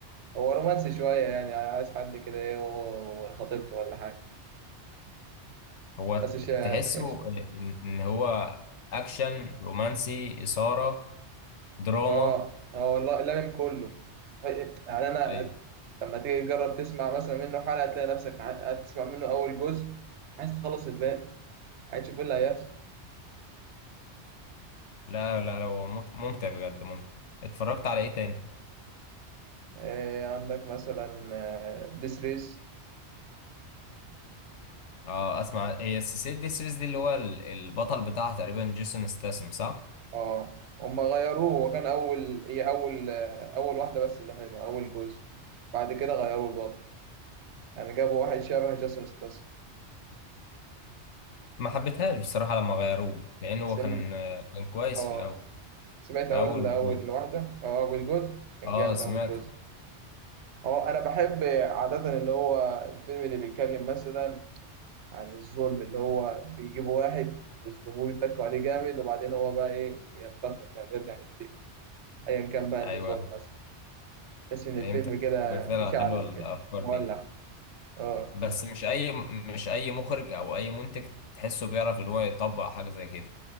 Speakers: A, on the right (about 75°); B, on the left (about 80°).
A: هو رومانسي شوية يعني عايز حد كده إيه و- وخطيبته ولا حاجة
B: هو
A: بس مش
B: تحسه
A: <laughs>
B: إن إن هو أكشن رومانسي إثارة دراما
A: هو هو الل- لامم كله يعني أنا
B: أيوه
A: لما تيجي تجرب تسمع مثلا منه حلقة تلاقي نفسك ع- تسمع منه أول جزء عايز تخلص الباقي عايز تشوف إيه اللي هيحصل
B: لا لا لا، هو مت- ممتع بجد ممتع اتفرجت على إيه تاني؟
A: إيه عندك مثلا ديس ريس
B: آه أسمع هي السلسلة دي السيريز دي اللي هو ال- البطل بتاعها تقريبا جيسون ستاثام صح؟
A: اه هما غيروه وكان أول هي أول آه، أول واحدة بس اللي حلوة أول جزء بعد كده غيروه البطل يعني جابوا واحد شبه جاسون ستاس
B: ما حبيتهاش بصراحة لما غيروه لأن هو
A: سمع
B: كان كان كويس
A: اه
B: في الأول
A: سمعت
B: في
A: اول
B: أول
A: اول
B: جزء
A: واحده اه اول جزء كان
B: أه
A: جامد
B: سمعته
A: اول جزء اه انا بحب عاده اللي هو الفيلم اللي بيتكلم مثلا عن الظلم اللي هو بيجيبوا واحد ويظلموه ويتكوا عليه جامد وبعدين هو بقى ايه بينتقم بقى بيرجع ينتقم ايا كان بقى
B: أيوه
A: النظام مثلا تحس ان
B: فهمتك
A: الفيلم كده
B: بيبقى فعلا
A: مشعل
B: حلوة
A: كده
B: الأفكار
A: مولع
B: دي
A: اه
B: بس مش أي مش أي مخرج أو أي منتج تحسه بيعرف إن هو يطبق حاجة زي كده